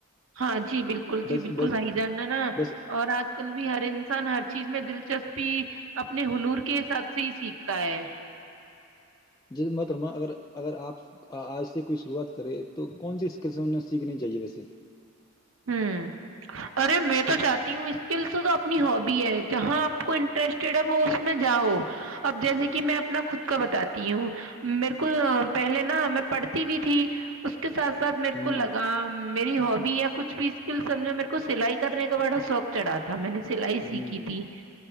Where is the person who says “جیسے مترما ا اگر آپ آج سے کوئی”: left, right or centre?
Left